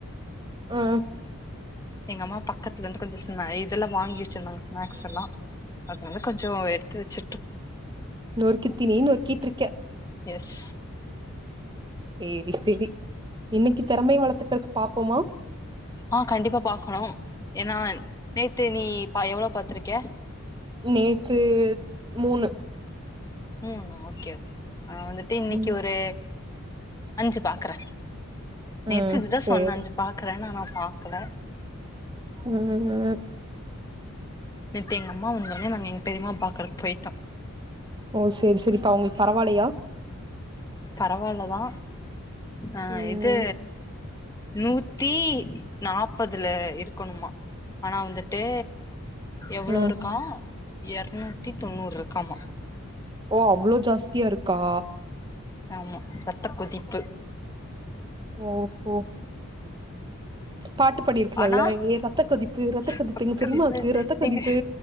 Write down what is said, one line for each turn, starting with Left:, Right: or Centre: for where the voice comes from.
Right: ஆ
Left: எங்க அம்மா பக்கத்துலந்து கொஞ்ச சொன்னா ஏ இதெல்லா வாங்கி வச்சிருந்தாங்க ஸ்நாக்ஸ் எல்லா அது வந்து கொஞ்சோ எடுத்து வச்சிட்
Right: நொறுக்குத்தீனி நொறுக்கிட்ருக்க
Left: எஸ்
Right: சேரி சேரி இன்னக்கி திறமைய வளர்த்துக்கறக்கு பாப்போமா
Left: ஆ கண்டிப்பா பாக்கணும் ஏன்னா நேத்து நீ பா எவ்ளோ பாத்துருக்கே
Right: நேத்து மூணு
Left: மூணா ஓகே ஆ வந்துட்டு இன்னக்கி
Right: ம்
Left: ஒரு அஞ்சு பாக்குறே நேத்து
Right: ம்
Left: இதுதா
Right: சேரி
Left: சொன்ன அஞ்சு பாக்குறேன்னு ஆனா பாக்குல
Right: ம் ம்
Left: நேத்து எங்க அம்மா வந்தாங்க நாங்க எங்க பெரியமாவ பாக்குறக்கு போயிட்டோ
Right: ஓ சேரி சேரிப்பா அவங்களுக் பரவால்லயா
Left: பரவால்லதா ஆ
Right: ம்
Left: இது நூத்தி நாப்பதுல இருக்கணுமா ஆனா வந்துட்டு எவ்ளோருக்கோ
Right: ம்
Left: எறநூத்தி தொண்ணூற்ருக்காமா
Right: ஓ அவ்ளோ ஜாஸ்தியா இருக் க்கா
Left: ஆமா ரத்த கொதிப்பு
Right: ஓஹோ பாட்டு பாடிருக்கலால்ல
Left: ஆனா,
Right: ஏ ரத்த கொதிப்பு ரத்த
Left: <unintelligible>
Right: கொதிப்பு எங்க பெரிம்மாக்கு ரத்த கொதிப்பு
Left: நீங்க